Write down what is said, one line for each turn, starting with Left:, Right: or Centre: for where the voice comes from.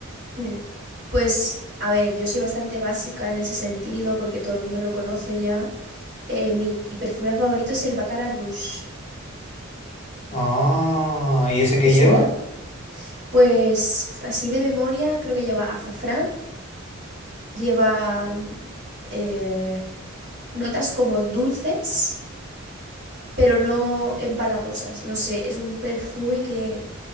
Right: Mm. Pues, a ver, yo soy bastante básica en ese sentido porque todo el mundo lo conoce ya. Eh, mi, mi perfume favorito es el Baccarat Rouge.
Left: Ah, ¿y ese que
Right: ¿Te suena?
Left: lleva?
Right: Pues, así de memoria, creo que lleva azafrán, lleva mm, eh, notas como dulces, pero no empalagosas. No sé, es un perfume que